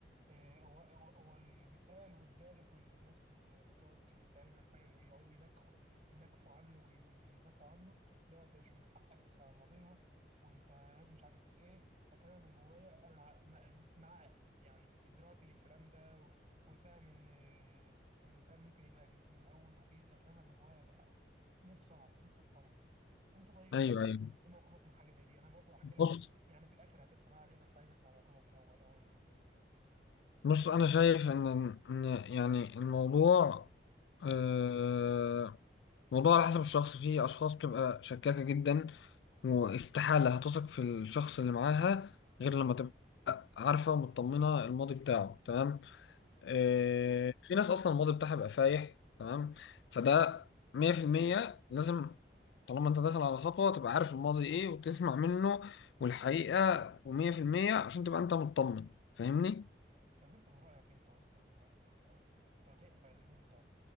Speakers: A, on the right (about 40°); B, on the left (about 80°).
A: آه، هو هو هو اللي بيتقال والدارج والناس ب- ب- بتقعد تتعمل فاهم ويقعدوا ينكحوا ينكفوا عنه وي- ويدافعوا عنه اللي هو انت مش من حقك تسأل عن ماضيها وانت لازم مش عارف ايه لكن انا من جوايا انا ع- مع مع يعني ادراك للكلام ده و- وفاهم ان آه، انسان ممكن يبقى جد- من اول وجديد لكن انا من جوايا بقى نفسي اعرف نفسي اطمن انت طيب
B: أيوه أيوه
A: ايه موقفك من حاجه زي دي انا برضو احكي لك
B: بص
A: يعني في الاخر هترسم معايا عليه بس عايز اسمع موقفك الاول او ايه الدنيا ده
B: بص أنا شايف إن إن يعني الموضوع آه، الموضوع على حسب الشخص في أشخاص بتبقى شكاكة جدا واستحالة هتثق في الشخص اللي معاها غير لما تبقى عارفة ومطمنة الماضي بتاعه تمام آه في ناس أصلا الماضي بتاعها بيبقى فايح تمام فده مية في المية لازم طالما أنت داخل على خطوة تبقى عارف الماضي إيه وتسمع منه والحقيقة ومية في المية عشان تبقى أنت مطمن فاهمني
A: طب انت من رأيك انت اصلا يعني انت لو لو تقبل ان انت